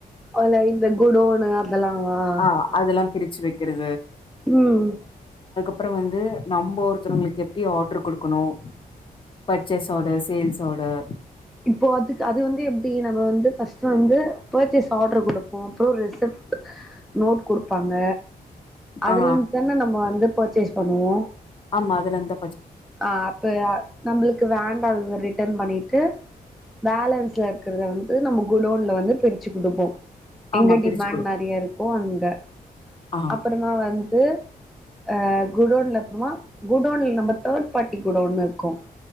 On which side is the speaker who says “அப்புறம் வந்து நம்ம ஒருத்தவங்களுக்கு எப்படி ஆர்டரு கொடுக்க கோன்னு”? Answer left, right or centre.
Left